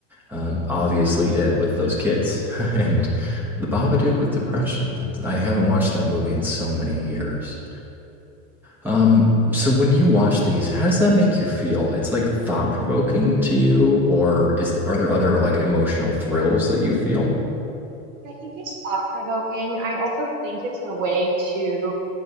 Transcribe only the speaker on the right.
I think it's thought provoking. I also think it's a way to